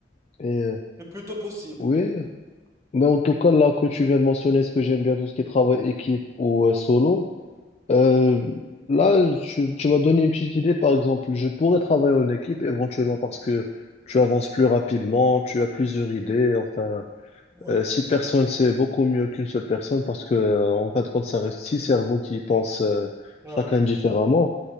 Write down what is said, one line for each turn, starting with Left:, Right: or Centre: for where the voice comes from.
Left: Et euh,
Right: le plus tôt possible.
Left: oui, mais en tout cas, là que tu viens de mentionner, ce que j'aime bien, tout ce qui est travail équipe ou euh, solo. Euh, là, tu, tu m'as donné une petite idée, par exemple, je pourrais travailler en équipe éventuellement parce que tu avances plus rapidement, tu as plusieurs idées, enfin.
Right: Ouais,
Left: Euh, six personnes, c'est beaucoup mieux qu'une seule personne parce que, euh, en fin de compte, ça reste six cerveaux qui pensent euh,
Right: ouais,
Left: chacun
Right: ouais,
Left: différemment.